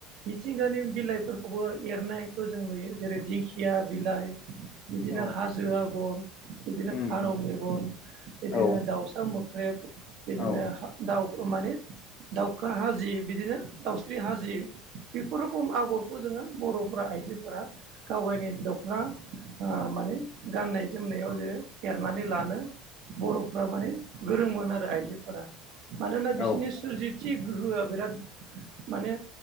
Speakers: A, on the right (about 50°); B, on the left (about 35°).
A: मिथिंगानि बिलाइफोरखौबो एरनायखौ जों नुयो जेरै दिंखिया बिलाइ बिदिनो
B: औ
A: हाजो आगर, बिदिनो
B: उम
A: फारौ
B: उम
A: मेगन बिदिनो
B: औ
A: दाउसा मोख्रेब बिदिनो
B: औ
A: दाउ माने खा हाजि बिदिनो दाउस्रि हाजि बेफोर रोखोम आगरखौ जोङो बर'फ आइजोफोरा गाव गावनि दख'ना माने गाननाय जोमनायाव जे एरनानै लानो बर'फ्रा माने गोरोंमोन आरो आइजोफोरा मानोना
B: औ
A: बिसोरनि सोरजि थि गोहोआ बिराद माने